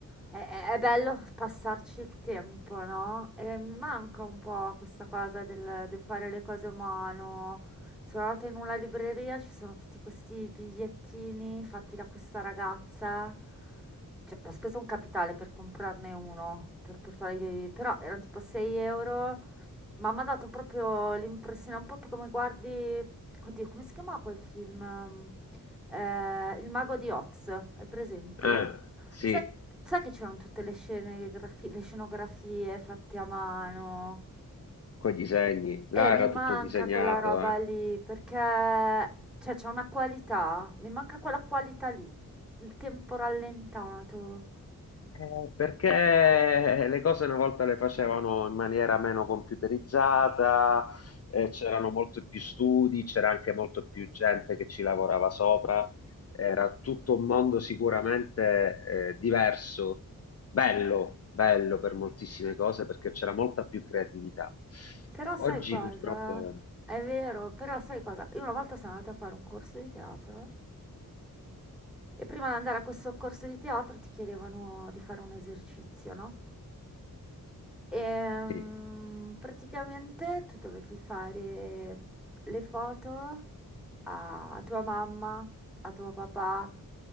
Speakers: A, in the centre; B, on the left (about 45°).
A: è, è- è bello passarci il tempo, no? E mi manca un po' questa cosa del, di fare le cose a mano. Sono andata in una libreria, ci sono tutti questi bigliettini fatti da questa ragazza. Cioè, ho speso un capitale per comprarne uno, per, per fare gli- però erano tipo 6 euro. Ma mi ha dato proprio l'impressione, un po' come guardi, oddio, come si chiamava quel film? Ehm, eh, Il mago di Oz, è presente?
B: Eh, sì.
A: Sai, sai che c'erano tutte le scene, le grafi- le scenografie fatte a mano?
B: Coi disegni,
A: E
B: là
A: mi
B: era
A: manca
B: tutto disegnato,
A: quella roba
B: eh.
A: lì, perché cioè, c'è una qualità, mi manca quella qualità lì, il tempo rallentato.
B: Eh, perché le cose una volta le facevano in maniera meno computerizzata, eh, c'erano molto più studi, c'era anche molto più gente che ci lavorava sopra, era tutto un mondo sicuramente, eh, diverso, bello, bello per moltissime cose perché c'era molta più creatività.
A: Però sai
B: Oggi
A: cosa?
B: purtroppo,
A: È vero, però sai cosa? Io una volta sono andata a fare un corso di teatro. E prima di andare a questo corso di teatro ti chiedevano di fare un esercizio, no? E mm,
B: sì,
A: praticamente tu dovevi fare le foto a, a tua mamma, a tuo papà